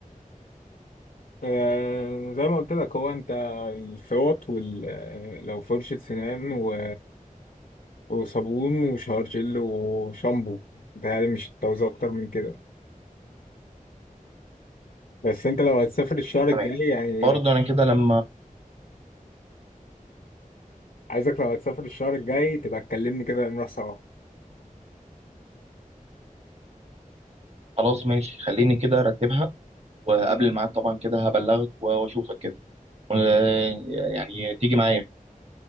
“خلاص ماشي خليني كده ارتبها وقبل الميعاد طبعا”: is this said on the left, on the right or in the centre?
Right